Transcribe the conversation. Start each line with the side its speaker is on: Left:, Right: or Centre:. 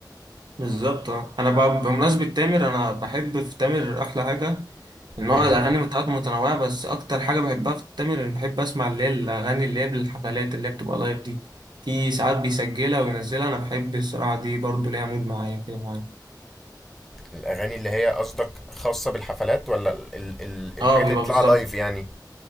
Right: بالظبط اه. انا بقى بمناسبه تامر انا بحب في تامر احلى حاجه نوع
Centre: مم.
Right: الأغاني بتاعته متنوعة بس أكتر حاجة بحبها في تامر إن بحب أسمع اللي هي الأغاني اللي هي بالحفلات اللي هي بتبقى لايف دي في ساعات بيسجلها وينزلها أنا بحب الصراحة دي برضو ليها مود معايا كده معايا
Centre: الاغاني اللي هي قصدك خاصه بالحفلات ولا ال ال ال الحاجات
Right: اه بيبقى
Centre: اللي بيطلعها
Right: بالظبط
Centre: لايف يعني